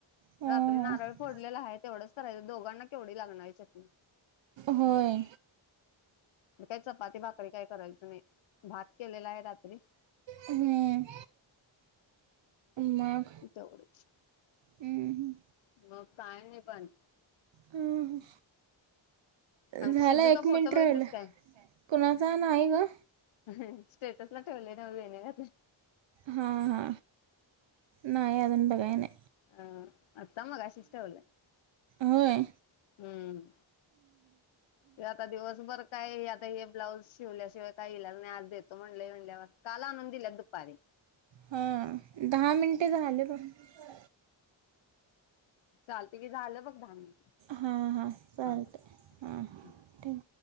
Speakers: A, on the right; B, on the left.
A: ह
B: रात्री नारळ फोडलेला आहे तेवढंच करायचं दोघांना तेवढी लागणारी चटणी
A: होय
B: <inaudible> काय चपाती भाकरी काय करायचं नाही भात केलेला आहे रात्री‌.
A: हम्म मग
B: तेवढच
A: हम्म
B: मग काय नाही पण
A: हम्म
B: आमच्या
A: झालं
B: शिजूचा
A: एक
B: फोटो
A: मिनिट
B: बघितलीस
A: राहिल <unintelligible>
B: काय?
A: कुणाचा नाही ग?
B: <unintelligible> स्टेटसला ठेवलय नव्हं वेण्या घात
A: हा हा नाही अजून बघाय नाही
B: अ आता मघाशीच ठेवलं
A: होय
B: हम्म ते आता दिवसभर काय आता हे ब्लाउज शिवल्याशिवाय काय इलाज नाही आज देतो म्हणलं म्हणल्यावर काल आणून दिल्यात दुपारी.
A: हं दहा मिनटे झालीत <unintelligible>
B: चालत की झालं बघ दहा मिनिटं
A: हां हां चालतं
B: हा-हा
A: हां ठीक